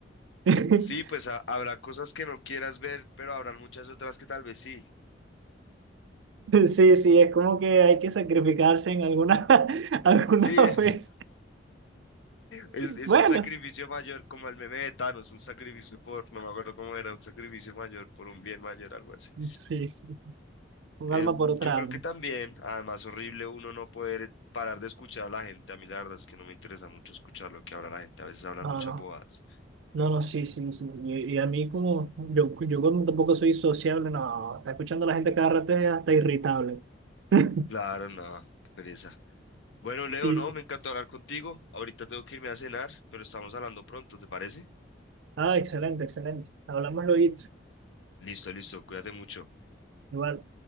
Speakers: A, on the right; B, on the left.
A: <laughs>
B: Sí, pues ha- habrá cosas que no quieras ver, pero habrán muchas otras que tal vez sí.
A: Sí, sí, es como que hay que sacrificarse en alguna, <laughs> alguna
B: Sí,
A: vez.
B: Es, es
A: Bueno,
B: un sacrificio mayor, como el meme de Thanos, un sacrificio por, no me acuerdo cómo era, un sacrificio mayor por un bien mayor, algo así.
A: sí, sí. Un
B: Em,
A: alma por otra
B: yo creo
A: alma.
B: que también, además, horrible uno no poder parar de escuchar a la gente. A mí la verdad es que no me interesa mucho escuchar lo que habla la gente. A veces hablan
A: No,
B: muchas
A: no.
B: bobadas.
A: No, no, sí, sí, sí. Y, y a mí como, yo, yo como tampoco soy sociable, no, está escuchando a la gente cada rato es hasta irritable. <laughs>
B: Claro, no, qué pereza. Bueno,
A: Sí,
B: Leo, no,
A: sí.
B: me
A: sí.
B: encantó hablar contigo. Ahorita tengo que irme a cenar, pero estamos hablando pronto, ¿te parece?
A: Ah, excelente, excelente. Hablamos luego.
B: Listo, listo, cuídate mucho.
A: Igual.